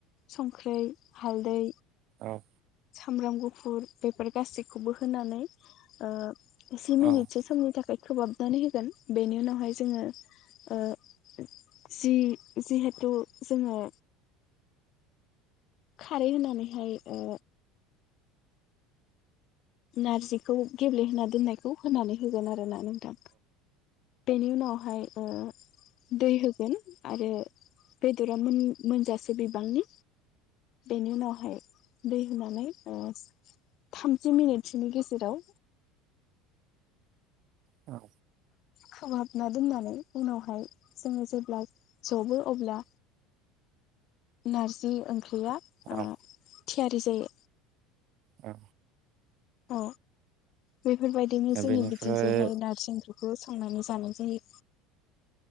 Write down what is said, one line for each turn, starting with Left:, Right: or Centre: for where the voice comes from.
Left: संख्रै हालदै
Right: औ।
Left: सामब्राम गुफुर बेफोर गासैखौबो होनानै ओ जि मिनिट
Right: औ
Left: थाखाय खोबाबनानै होगोन बेनि उनावहाय जोङो ओ जि-जिहेथु जोङो खारै होनानैहाय ओ नारजिखौ गेब्लेहोना दोननायखौ होनानै होगोन आर रोना नोंथां। बेनि उनावहाय ओ दै हो गोन आरो बेदरा मोन-मोनजासे बिबांनि बेनि उनावहाय दै होनानै ओ थाम जि मिनिटसोनि गेजेराव
Right: औ।
Left: खोबहाबना दोननानै उनावहाय जोङो जेब्ला। जबो अब्ला। नारजि ओंख्रिया। ओ
Right: औ।
Left: थियारि जायो।
Right: औ।
Left: अ बेफोरबायदिनो जोंनि
Right: बेनिफ्राय
Left: बिथिंजाहाय नारजि ओंख्रिखौ संनानै जानो जायो।